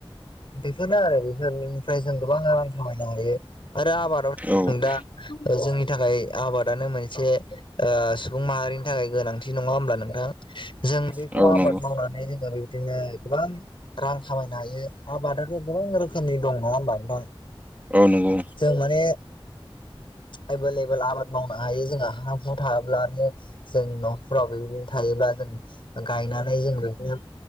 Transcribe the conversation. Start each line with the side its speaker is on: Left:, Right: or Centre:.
Left: बेफोरनो आरो बेफोरनिफ्राय जों गोबां रां खामायनो हायो। आरो आबादावथ'
Right: औ
Left: जों दा जोंनि थाखाय आबादानो मोनसे ओ सुबुं माहारिनि थाखाय गोनांथि नङा होमब्ला नोंथां जों
Right: औ
Left: बेखौ आबाद
Right: नंगौ
Left: मावनानै जोङो बे जोङो गोबां रां खामायनो हायो आबादाथ' गोबां रोखोमनि दं नङा होमबा नोंथां
Right: औ नंगौ
Left: जों माने एभेल एबोेल आबाद मावनो हायो जोंहा हा हु थाब्लानो जों न'फ्राव बेबायदि थायोब्ला जों गायनानै जों बिदिनो